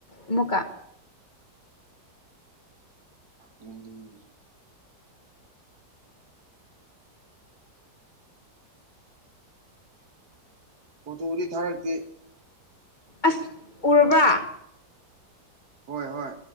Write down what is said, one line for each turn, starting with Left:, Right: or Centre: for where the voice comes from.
Left: ꯑꯃꯨꯛꯀ
Right: ꯌꯦꯡꯒꯤ ꯌꯦꯡꯒꯤ ꯐꯣꯇꯣꯗꯤ ꯊꯥꯔꯛꯇꯦ
Left: ꯑꯁ ꯎꯔꯕ
Right: ꯍꯣꯏ ꯍꯣꯏ